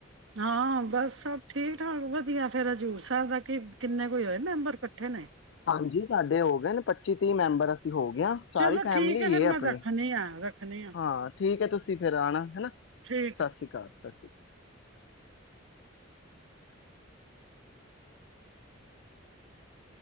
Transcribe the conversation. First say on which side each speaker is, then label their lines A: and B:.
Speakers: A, on the right (about 75°); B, on the left (about 60°).
A: ਹਾਂ ਬਸ ਸਭ ਠੀਕ ਠਾਕ ਵਧੀਆ ਫੇਰ ਹਜ਼ੂਰ ਸਾਹਿਬ ਦਾ ਕਿ ਕਿੰਨੇ ਕੋਈ ਹੋਏ ਮੈਂਬਰ ਇਕੱਠੇ ਨੇ।
B: ਹਾਂਜੀ ਸਾਡੇ ਹੋ ਗਏ ਨੇ ਪੱਚੀ ਤੀਹ ਮੈਂਬਰ। ਹੋ ਗਿਆ ਸਾਰੀ
A: ਚਲੋ
B: ਫੈਮਲੀ
A: ਠੀਕ ਹੈ ਫੇਰ
B: ਏ ਆਪਨੀ
A: ਮੈਂ ਰੱਖਣੀ ਆ ਰੱਖਣੀ ਆ
B: ਹਾਂ ਠੀਕ ਹੈ ਤੁਸੀਂ ਫਿਰ ਆਨਾ ਹਨਾ ਸਤਿ
A: ਠੀਕ ਹੈ,
B: ਸ੍ਰੀ ਅਕਾਲ। ਅਸੀ